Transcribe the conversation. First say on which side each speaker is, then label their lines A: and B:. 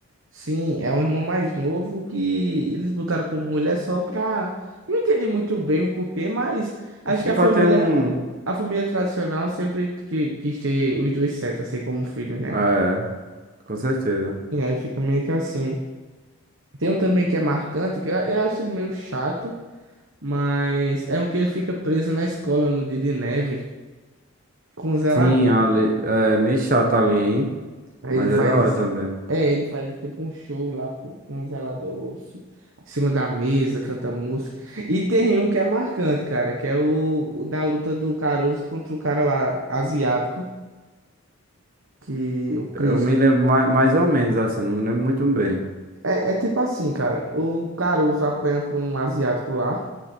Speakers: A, on the right; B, on the right.
A: Sim, é um irmão mais novo que eles botaram como mulher só pra. Não entendi muito bem o porquê, mas acho
B: Acho
A: que
B: que
A: a
B: pra
A: família,
B: ter um.
A: a família tradicional sempre que, quis ter os dois sexos, assim, como filhos, né?
B: É, com certeza.
A: E aí fica meio que assim. Tem um também que é marcante, que eu, eu acho ele meio chato, mas é um que ele fica preso na escola no dia de neve com o zelador.
B: Sim, ali, é meio chato ali, hein?
A: Aí
B: Mas
A: ele faz.
B: é da hora também.
A: É, ele faz tipo um show lá pro- com um zelador su- em cima da mesa, canta música. E tem um que é marcante, cara, que é o, o da luta do Caruso contra o cara lá asiático, que o Chris.
B: Eu me lembro mais, mais ou menos assim, não me lembro muito bem.
A: É, é tipo assim, cara, o Caruso apanha pra um asiático lá